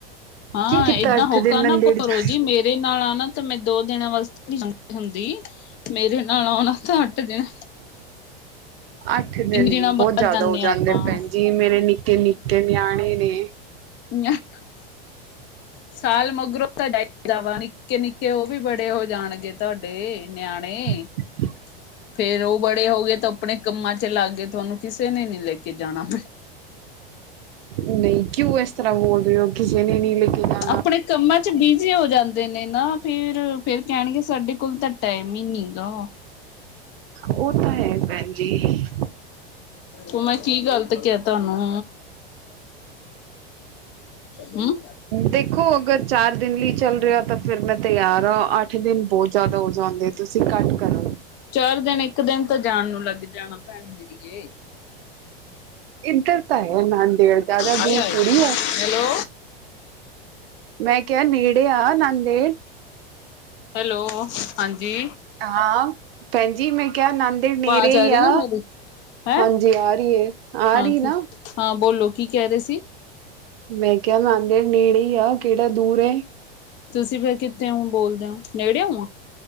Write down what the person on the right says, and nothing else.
ਕੀ ਕੀਤਾ
ਅੱਠ
ਦਿਨ ਨੰਦੇੜ
ਜਾ
ਅੱਠ ਦਿਨ
ਬੋਤ ਜ਼ਿਆਦਾ ਹੋ
ਜਾਂਦੇ
ਨ ਭੈਨ ਜੀ ਮੇਰੇ ਨਿੱਕੇ ਨਿੱਕੇ ਨਿਆਣੇ ਨੇ।
ਹਮ। <unintelligible>
ਨਹੀਂ ਕਿਉਂ ਇਸ ਤਰ੍ਹਾਂ ਬੋਲ ਰਹੇ ਹੋ ਕਿਸ ਨੇ ਨੀ ਲੇਕੇ ਜਾਨਾ
ਉਹ ਤਾਂ ਹੈ ਭੈਨ ਜੀ।
ਦੇਖੋ ਅਗਰ। ਚਾਰ ਦਿਨ ਲਈ ਚੱਲ ਰਿਹਾ ਤਾਂ ਫੇਰ ਮੈਂ ਤਿਆਰ ਆ ਅੱਠ ਦਿਨ ਬੋਤ ਜ਼ਿਆਦਾ ਹੋ ਜਾਂਦੇ ਤੁਸੀਂ ਘੱਟ ਕਰ।
ਇੱਧਰ ਤਾਂ ਹੈ ਨਾਂਦੇੜ ਜ਼ਿਆਦਾ
ਦੂਰ
ਥੋੜੀ ਆ।
ਮੈਂ ਕਿਹਾ ਨੇੜੇ ਆ ਨਾਂਦੇੜ।
ਹਾਂ ਭੈਣ ਜੀ ਮੈਂ ਕਿਹਾ ਨਾਂਦੇੜ
ਨੇਰੇ ਹੀ
ਆ।
ਹਾਂਜੀ ਆ ਰਹੀ ਹੈ, ਆ
ਰਹੀ
ਨਾ।
ਮੈਂ ਕਿਹਾ ਨੰਦੇੜ ਨੇੜੇ ਹੀ ਆ, ਕਿਹੜਾ ਦੂਰ ਏ।